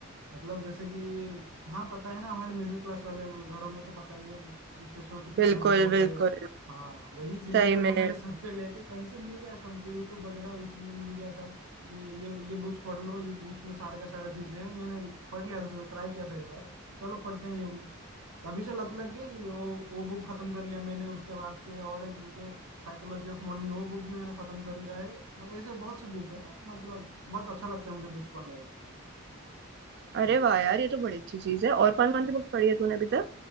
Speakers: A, on the right; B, on the right.
A: मतलब जैसे कि हाँ पता है ना हमारे मिडिल क्लास वाले लोग- घरों में तो पता ही है पैसों का कितना
B: बिल्कुल
A: झंझट होता
B: बिल्कुल
A: है हाँ वही जिम्मेदारी
B: सही में
A: को मैंने सर पे लेके कहीं से मिल गया था मुझे यूट्यूब वगैरह उसमें मिल गया था कि ये ये बुक्स पढ़ लो ये बुक्स में सारा का सारा चीज है मैंने पढ़ लिया था ट्राई किया था एक बार चलो पढ़ते हैं ये बुक तभी से लत लग गई वो वो बुक खत्म कर लिया मैंने उसके बाद से और एक बुक है साइकोलॉजी ऑफ मनी वो बुक भी मैंने खत्म कर लिया है मगर ऐसे बहुत सी बुक है मतलब बहुत अच्छा लगता है मुझे बुक्स पढ़ने में
B: अरे
A: ठीक है
B: वाह यार ये तो बड़ी अच्छी चीज है और कौन कौन सी बुक्स पढ़ी है तूने अभी तक